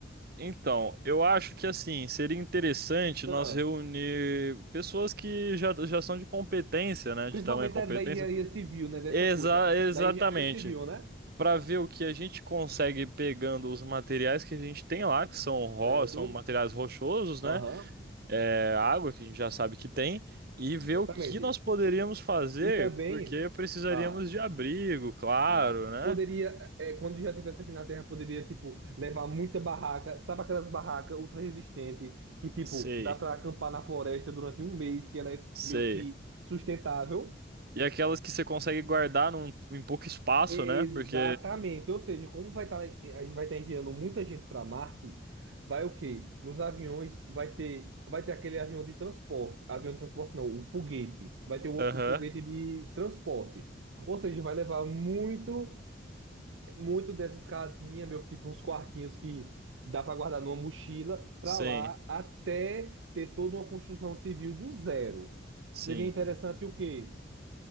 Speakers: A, on the right; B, on the right.
A: Então, eu acho que assim, seria interessante
B: Ah,
A: nós reunir pessoas que já, já são de competência, né,
B: principalmente
A: de tamanha competência.
B: da, da engenharia civil, né? Dessa
A: Exa
B: coisa.
A: exatamente.
B: Da engenharia civil, né?
A: para ver o que a gente consegue pegando os materiais que a gente tem lá, que são ro,
B: Certo?
A: são materiais rochosos, né?
B: Aham,
A: É, água que a gente já sabe que tem, e ver
B: exatamente.
A: o que nós poderíamos fazer,
B: E também.
A: porque precisaríamos
B: Ah.
A: de abrigo, claro,
B: Ah,
A: né?
B: poderia, é, quando já tivesse aqui na Terra, poderia, tipo, levar muita barraca. Sabe aquelas barracas ultra resistentes que, tipo,
A: Sei,
B: dá pra acampar na floresta durante um mês, que ela é
A: sei.
B: meio que sustentável?
A: E aquelas que você consegue guardar num, em pouco espaço,
B: Exatamente.
A: né? Porque,
B: Ou seja, como vai estar, a gente vai estar enviando muita gente para Marte, vai o quê? Nos aviões vai ter, vai ter aquele avião de transporte. Avião de transporte não, o foguete. Vai ter o,
A: aham,
B: o foguete de transporte. Ou seja, vai levar muito. muito dessas casinhas, meio tipo uns quartinhos que dá para guardar numa mochila, para
A: sim,
B: lá até ter toda uma construção civil do zero.
A: sim.
B: Seria interessante o quê?